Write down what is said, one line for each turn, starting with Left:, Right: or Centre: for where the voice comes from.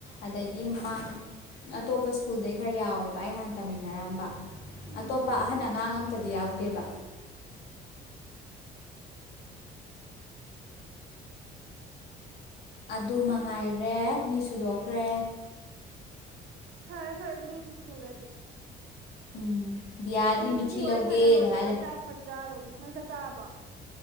Left: ꯑꯗꯩꯗꯤ ꯃꯥꯡ ꯑꯇꯣꯞꯄ ꯁ꯭ꯀꯨꯜꯗꯩ ꯈꯔ ꯌꯥꯎꯋꯦꯕ ꯑꯩ ꯍꯥꯟꯅ ꯇꯝꯃꯤꯟꯅꯔꯝꯕ
Right: ꯎꯝ
Left: ꯑꯇꯣꯞꯄ ꯑꯍꯟ ꯑꯉꯥꯡ ꯑꯝꯇꯗꯤ ꯌꯥꯎꯗꯦꯕ ꯑꯗꯨ ꯃꯉꯥꯏꯔꯦ ꯃꯤ ꯁꯨꯗꯣꯛꯈ꯭ꯔꯦ
Right: ꯐꯔ‌ꯦ ꯐꯔ‌ꯦ ꯃꯕꯨ ꯁꯨꯔꯗꯤ
Left: ꯎꯝ ꯕꯤꯌꯥꯗꯤ
Right: ꯑꯩꯖꯨ
Left: ꯃꯤꯊꯤ
Right: ꯁꯤꯋꯥꯔꯤ
Left: ꯂꯧꯒꯦꯗ
Right: ꯁꯅ ꯂꯣꯏꯕꯒ
Left: ꯍꯥꯏ ꯂꯩ
Right: ꯆꯥꯛꯐꯠ ꯆꯥꯔꯨꯔꯒ ꯅꯪ ꯆꯠ ꯆꯥꯕꯣ